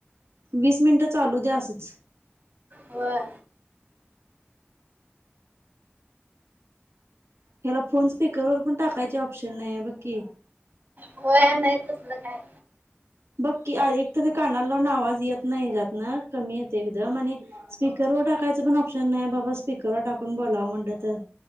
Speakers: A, on the right (about 85°); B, on the right (about 45°).
A: वीस मिनिटं चालू द्या असंच.
B: व्हय.
A: ह्याला फोन स्पिकर वर पण टाकायचे ऑप्शन नाहीये बघ की.
B: होय नाही तसलं काय?
A: बघ की आ एक तरी कानाल लावून आवाज येत नाही हेच्यातन, कमी येते एकदम आणि स्पीकरवर टाकायचं पण ऑप्शन नाहीये बाबा, स्पीकरवर टाकून बोलावं म्हणलं तर